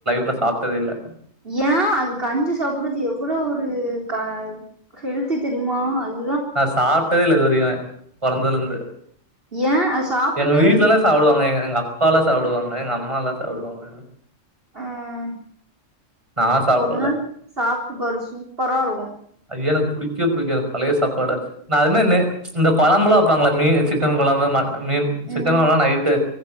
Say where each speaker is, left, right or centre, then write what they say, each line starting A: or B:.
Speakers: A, on the right (about 20°); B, on the right (about 45°).
A: கூடசாப்ட்டதே இல்ல
B: ஏ அதுக்கஞ்சு சாப்பறது எவ்வளவு ஒரு க ஹெல்தி தெரியுமா அது
A: நா சாப்ட்டதே இல்ல இதுவரையு பொறந்ததுலருந்து
B: ஏன் அது சாப்பிட்டு
A: எங்க
B: பாரு
A: வீட்டுலல்லா
B: சூப்பரா
A: சாப்டுவாங்க எங்க அப்பால்லா சாப்டுவாங்க எங்கம்மா எல்லா சாப்டுவாங்க
B: ஆஹ்
A: நா சாப்பல
B: ஒரு நாள் சாப்பிட்டு பாரு சூப்பரா இருக்கும்
A: அது எனக்கு புடிக்க புடிக்காது பழய சாப்பாடு அதுன என்ன இந்த கொழம்புலா வைப்பாங்கலா மீ சிக்கன் கொழம்பு ம மீன் சிக்கன்
B: ம்
A: வேண்னா நைட்டு